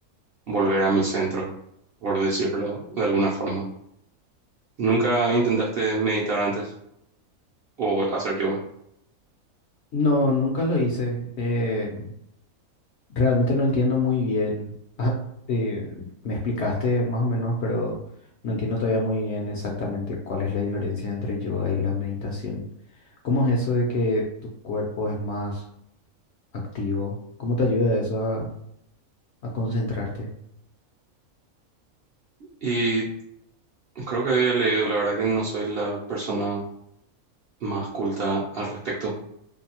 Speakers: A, on the right; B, on the left.
A: volver a mi centro, por decirlo de alguna forma. ¿Nunca intentaste meditar antes o hacer yoga?
B: No, nunca lo hice. Eh, Realmente no entiendo muy bien. Ah, eh, me explicaste más o menos, pero no entiendo todavía muy bien exactamente cuál es la diferencia entre yoga y la meditación. ¿Cómo es eso de que tu cuerpo es más activo? ¿Cómo te ayuda eso a, a concentrarte?
A: Y creo que había leído, la verdad que no soy la persona más culta al respecto,